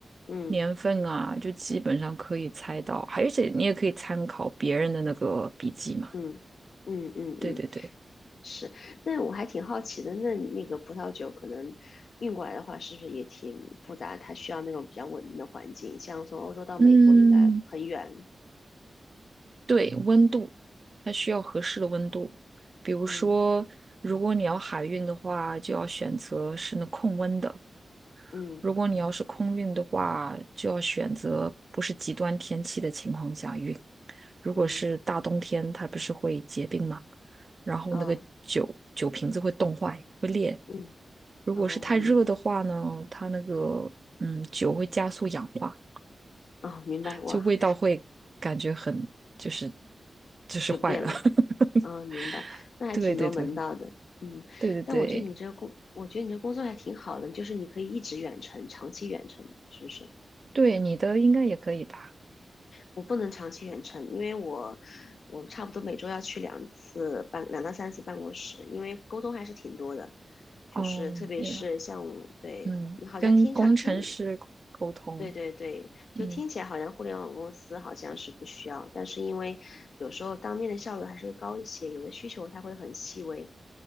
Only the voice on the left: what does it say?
嗯
嗯嗯嗯嗯，
是。那我还挺好奇的，那那个葡萄酒可能运过来的话，是不是也挺复杂？它需要那种比较稳定的环境，像从欧洲到美国应该很远。
嗯
嗯
嗯，
哦
嗯
哦，我明
哦明白，哇，
就变了。
嗯，明白，那还挺多门道的，
嗯，
但我觉得你这个工，我觉得你这工作还挺好的，就是你可以一直远程，长期远程，是不是？
我不能长期远程，因为我我差不多每周要去两次办，两到三次办公室，因为沟通还是挺多的，
就是特别是像我对你好像听上听，
对对对，
就听起来好像互联网公司好像是不需要，但是因为有时候当面的效率还是会高一些，有的需求它会很细微。